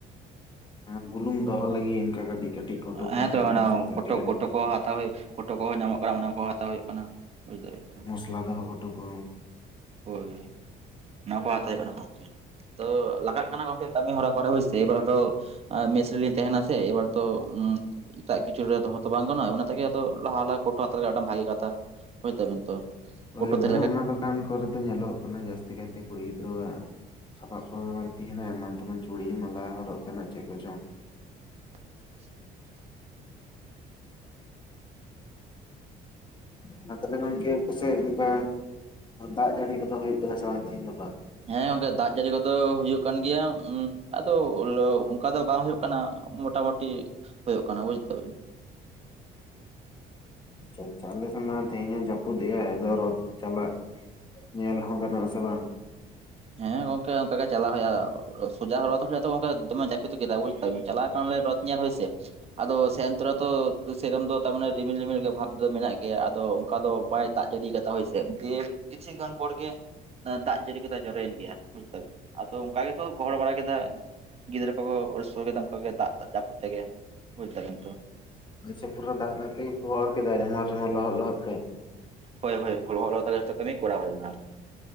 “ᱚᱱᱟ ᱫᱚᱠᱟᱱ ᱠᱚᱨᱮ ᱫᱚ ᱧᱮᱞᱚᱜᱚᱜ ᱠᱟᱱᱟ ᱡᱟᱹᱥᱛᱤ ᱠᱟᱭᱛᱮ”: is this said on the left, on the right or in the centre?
Left